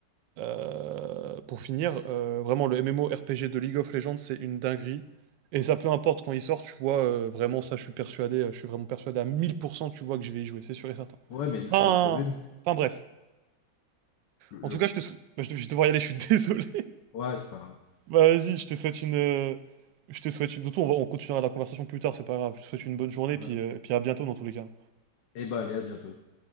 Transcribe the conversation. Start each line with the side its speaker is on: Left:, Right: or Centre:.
Right: Euh, pour finir, euh, vraiment le MMORPG de League of Legends, c'est une dinguerie. Et ça, peu importe quand il sort, tu vois, euh, vraiment ça, je suis persuadé, euh, je suis vraiment persuadé à 1000%, tu vois, que je vais y jouer, c'est sûr et certain.
Left: Ouais, mais le
Right: Enfin,
Left: le problème,
Right: enfin, bref.
Left: le,
Right: En
Left: le
Right: tout cas,
Left: pro-
Right: je te sou- bah, je, vais devoir y aller, je suis <laughs> désolé.
Left: ouais, c'est pas grave.
Right: Bah, vas-y, je te souhaite une... euh, Je te souhaite une... De toute façon, on va- on continuera la conversation plus tard, c'est pas grave. Je te souhaite une bonne journée,
Left: Ouais.
Right: puis, euh, puis à bientôt dans tous les cas.
Left: Eh ben, allez, à bientôt.